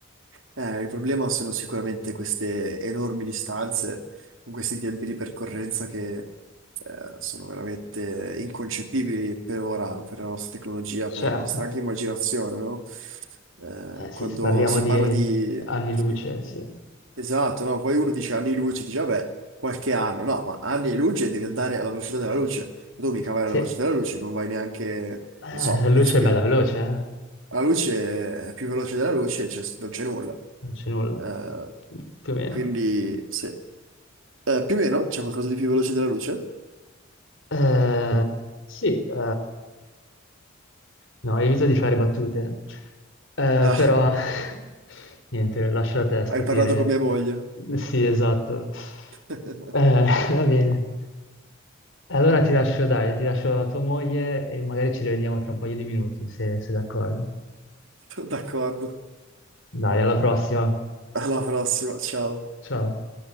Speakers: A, on the right; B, on the left.
A: Eh, il problema sono sicuramente queste enormi distanze, con questi tempi di percorrenza che eh, sono veramente inconcepibili per ora, per la nostra tecnologia, per
B: Certo.
A: la nostra anche immaginazione, no? Eh,
B: Eh sì,
A: quando
B: se parliamo
A: si
B: di
A: parla di...
B: anni
A: sì,
B: luce, sì.
A: esatto, no? Poi uno dice anni luce, dice vabbè, qualche anno, no, ma anni e luce devi andare alla velocità della luce, tu mica vai
B: Sì,
A: alla velocità
B: Eh,
A: della luce, non vai neanche,
B: la
A: non so,
B: luce
A: penso che
B: è bella veloce, eh?
A: la luce è più veloce della luce, cioè, non c'è nulla.
B: Non c'è nulla,
A: Eh,
B: più o meno.
A: quindi, se... eh, più o meno c'è qualcosa di più veloce della luce?
B: Eh, sì, eh, no, evito di fare battute, Eh,
A: Ah,
B: però <laughs> niente, lascio a te scoprire.
A: hai parlato con mia moglie.
B: Sì, esatto.
A: <laughs>
B: Eh, <laughs> va bene. Allora ti lascio, dai, ti lascio a tua moglie e magari ci rivediamo tra un paio di minuti, se se d'accordo.
A: D'accordo.
B: Dai, alla prossima.
A: Alla prossima, ciao.
B: Ciao.